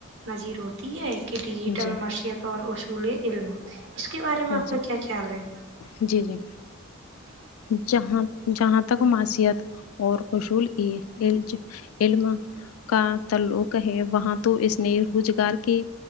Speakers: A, on the right; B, on the left.
A: نذیر ہوتی ہے کہ ڈیجیٹل
B: جی
A: معیشت اورحصول علم اس کے بارے میں
B: جی
A: آپ کا کیا خیال ہے
B: جی جی جہاں جہاں تک معاشیت اورحصول کی الج علم کا تعلق ہے وہاں تو اس نے روزگار کے